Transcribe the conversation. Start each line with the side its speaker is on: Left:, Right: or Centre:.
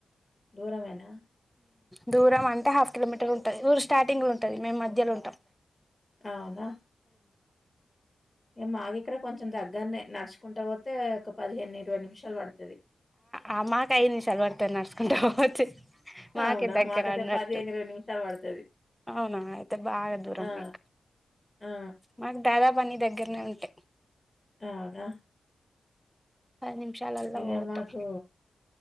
Left: దూరమేనా
Centre: దూరం అంటే హాఫ్ కిలోమీటర్ ఉంటది ఊరు స్టార్టింగ్ లో ఉంటుంది మేము మధ్యలో ఉంటాం
Left: అవునా ఇగ మాకిక్కడ కొంచెం దగ్గరనే నడుచుకుంట పోతే ఒక పదిహేను ఇరవై నిమిష్ <unintelligible>
Centre: ఆ మాకు అయింది సల పడతారు నడుచుకుంటా పోవచ్చు మాక
Left: అవునా!
Centre: దగ్గర
Left: మాకైతే
Centre: అడిన్నట్టు
Left: నిమిషాలు పడతది.
Centre: అవునా అయితే బాగా దూరం
Left: ఆ!
Centre: మీకు
Left: ఆ!
Centre: మాకు దాదాపు అన్నీ దగ్గర దగ్గరనే ఉంటాయి
Left: అవునా
Centre: పది నిమిషాలల్లో
Left: ఇగ
Centre: పోతం
Left: మాకు